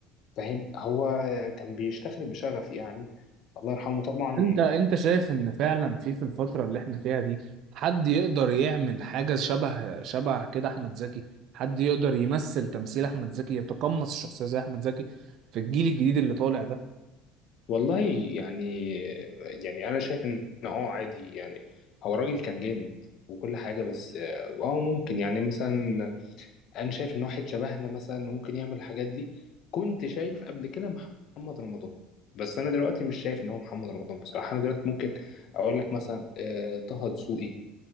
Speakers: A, on the left; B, on the right.
A: فاهم هو كان بيشتغل بشغف يعني الله يرحمه طبعا
B: انت انت شايف ان فعلا في في الفتره اللي احنا فيها دي حد يقدر يعمل حاجه شبه شبه كده احمد زكي حد يقدر يمثل تمثيل احمد زكي يتقمص الشخصيه زي احمد زكي في الجيل الجديد اللي طالع ده
A: والله يعني يعني انا شايف ان اه عادي يعني هو الراجل كان جامد وكل حاجة بس اه آه ممكن يعني مثلا انا شايف ان واحد شبهنا مثلا ممكن يعمل الحاجات دي كنت شايف قبل كده محمد رمضان بس انا دلوقتي مش شايف ان هو محمد رمضان بصراحة انا دلوقتي ممكن اقول لك مثلا آه، طه دسوقي